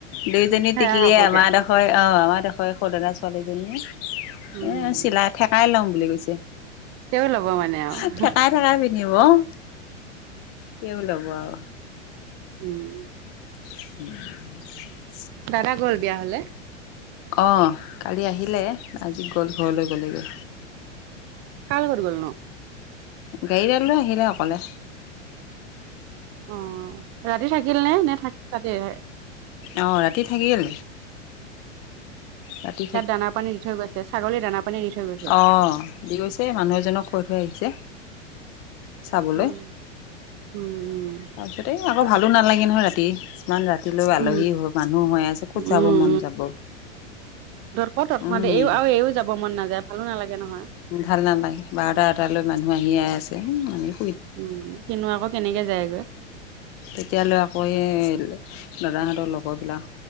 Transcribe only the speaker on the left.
দুইজনী
টিকলিয়
আমাৰ ডোখৰ আহ আমাৰ ডোখৰ সদনা ছোৱালীজনীয়ে- এ
চিলাই থঠেকাই লম বুলি কৈছে।
থঠেকাই থেকাই পিন্ধিব- কেও লাব আৰু
উম
অঁ কালি আহিলে আজি গ'ল ঘৰলে গ'লেগৈ।
গাড়ীডালৈ আহিলে অকলে
অ ৰাতি থাকি গল ৰাতি
অঁ দি গৈছে মানুহ এজনক কৈ থৈ আহিছে চাবলৈ
তাৰপিছতে এই আকৌ ভালো নালাগে নহয় ৰাতি কিমান ৰাতিলৈ আলহী
হৈ মানুহ হৈ আছে ক'ত
যাব মন যাব
উম
ভাল নালাগে বাৰটা এটালৈ মানুহ আহি আছে হম মানে।
তেতিয়ালৈ আকৌ স দাদাহঁতৰ লগৰবিলাক